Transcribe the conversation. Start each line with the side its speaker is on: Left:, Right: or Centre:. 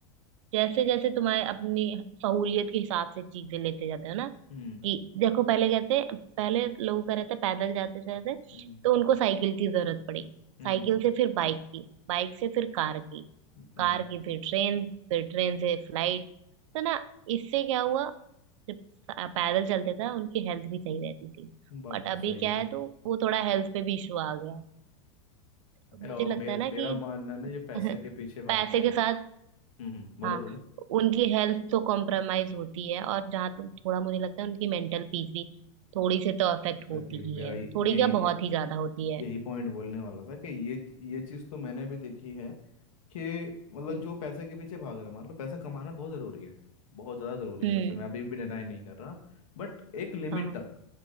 Right: जैसे जैसे तुम्हारे अपनी सहूलियत के हिसाब से चीजें लेते जाते हो ना
Left: हम्म
Right: कि देखो पहले कहते हैं पहले लोगों का रहता है पैदल जाते जाते
Left: हम्म
Right: तो उनको साइकिल की जरूरत पड़ी
Left: हम्म
Right: साइकिल से फिर बाइक की बाइक से फिर कार की
Left: हम्म,
Right: कार की फिर ट्रेन फिर ट्रेन से फ्लाइट तो ना इससे क्या हुआ जब पैदल चलते थे उनकी हेल्थ भी सही रहती थी
Left: बात
Right: बट
Left: तो सही
Right: अभी क्या
Left: है
Right: है तो वो थोड़ा हेल्थ पे भी इशू आ गया है तो मुझे
Left: और
Right: लगता
Left: मे,
Right: है ना
Left: मेरा
Right: कि
Left: मानना है ना ये पैसे
Right: <laughs>
Left: के पीछे भागते
Right: पैसे के
Left: हैं
Right: साथ
Left: हम्म हम्म, बोलो
Right: हाँ
Left: बोलो
Right: उनकी हेल्थ तो कॉम्प्रोमाइज होती है और जहाँ तो थोड़ा मुझे लगता है उनकी मेंटल पीस भी थोड़ी से तो अफेक्ट
Left: एग्जैक्टली
Right: होती
Left: मेरा
Right: ही है
Left: ये-
Right: थोड़ी
Left: यही
Right: क्या बहुत
Left: ये,
Right: ही ज्यादा होती है
Left: यही पॉइंट बोलने वाला था कि ये ये चीज़ तो मैंने भी देखी है कि मतलब
Right: हम्म
Left: जो पैसे के पीछे भाग रहा है मान लो पैसा कमाना बहुत ज़रूरी है बहुत ज़्यादा ज़रूरी
Right: हम्म
Left: है पैसा मैं अभी भी डिनाई नहीं कर रहा बट एक लिमिट
Right: हाँ
Left: तक